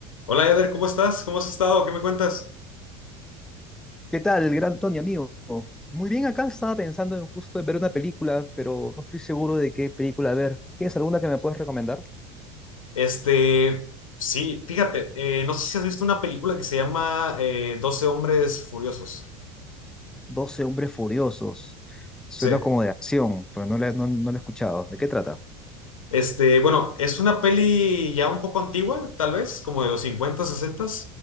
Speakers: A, on the left; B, in the centre.
A: Hola Eder, ¿cómo estás? ¿Cómo has estado? ¿Qué me cuentas?
B: ¿Qué tal, el gran Tony, amigo? Muy bien, acá estaba pensando en justo en ver una película, pero no estoy seguro de qué película ver. ¿Tienes alguna que me puedas recomendar?
A: Este, sí, fíjate, eh, no sé si has visto una película que se llama eh, 12 hombres furiosos.
B: 12 hombres furiosos. Suena
A: Sí.
B: como de acción, pero no la, no, no la he escuchado. ¿De qué trata?
A: Este, bueno, es una peli ya un poco antigua, tal vez, como de los 50, 60,